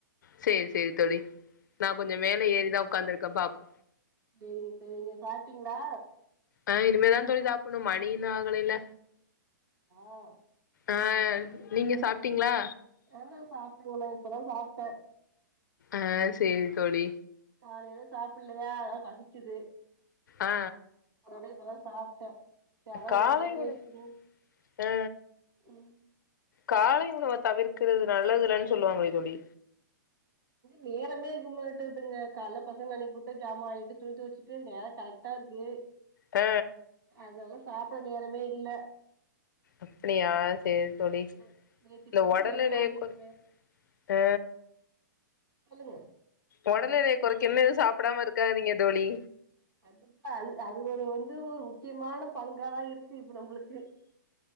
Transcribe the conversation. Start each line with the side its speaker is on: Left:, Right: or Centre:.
Left: சேரி சேரி தோழி நா
Right: ம்
Left: கொஞ்சோ மேல ஏறிதா உக்காந்துருக்க பாப்போ
Right: செரிங்க செரிங்க சாப்பிட்டீங்ளா
Left: ஆ இனிமேதா தோழி சாப்புணு மணி இன்னு ஆகலல்ல
Right: ஆ
Left: ஆ நீங்க
Right: ம்
Left: சாப்ட்டிங்ளா
Right: ஆமா சாப்ட்டங்க நா இப்பதா சாப்ட்ட
Left: ஆ சேரி தோழி
Right: காலைல சாப்புல்லயா அதா பசிச்சிது
Left: ஆ
Right: அதனால இப்பதா சாப்ட்ட அதா
Left: காலை
Right: உங்கள்ட்ட பேசணு
Left: உணவு ஆ
Right: ம்
Left: காலை உணவ தவிர்க்கிறது நல்லது இல்லன் சொல்வாங்களே தோழி
Right: நேரமே இருக்க மாட்டுதுங்க காலைல பசங்கள அனுப்பிவுட்டு ஜாமா வெளக்கிட்டு துணி தொவச்சிட்டு நேரோ கரெக் டாருக்கு
Left: ஆ
Right: அதெல்லா சாப்ட நேரமே இல்ல
Left: அப்டியா சேரி தோழி
Right: நே- நேத்து
Left: இல்ல
Right: பூ
Left: ஒடலெடைய
Right: வேற வாங்கியிருந்தே
Left: கொறக் ஆ
Right: சொல்லுங்க
Left: ஒடலடய கொறைக்கனுனு எது சாப்டாம இருக்காதீங்க தோழி
Right: கண்டிப்பா அது அது ஒரு வந்து ஒரு முக்கியமான பங்காதா இருக்கு பிலிப்பு நம்பளுக்கு